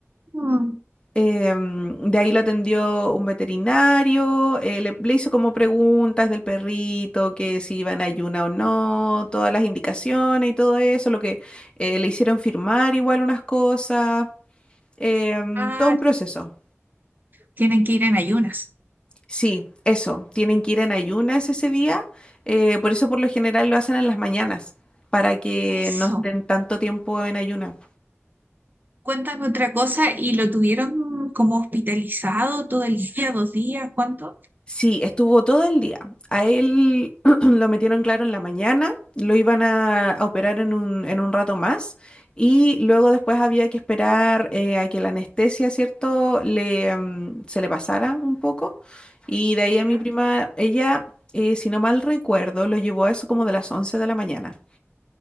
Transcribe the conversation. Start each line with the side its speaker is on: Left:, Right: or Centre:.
Right: Mm.
Left: Em, de ahí lo atendió un veterinario, eh, le, le hizo como preguntas del perrito, que si iba en ayuna o no, todas las indicaciones y todo eso, lo que eh, le hicieron firmar igual unas cosas, em,
Right: Ah,
Left: todo un proceso.
Right: tienen que ir en ayunas.
Left: Sí, eso, tienen que ir en ayunas ese día, eh, por eso por lo general lo hacen en las mañanas, para que
Right: Eso.
Left: no estén tanto tiempo en ayuna.
Right: Cuéntame otra cosa. ¿Y lo tuvieron como hospitalizado todo el día, dos días? ¿Cuánto?
Left: Sí, estuvo todo el día. A él <clears throat> lo metieron claro en la mañana, lo iban a, a operar en un, en un rato más y luego después había que esperar eh, a que la anestesia, ¿cierto?, le, mm, se le pasara un poco. Y de ahí a mi
Right: Ya.
Left: prima, ella, eh, si no mal recuerdo, lo llevó a eso como de las 11 de la mañana.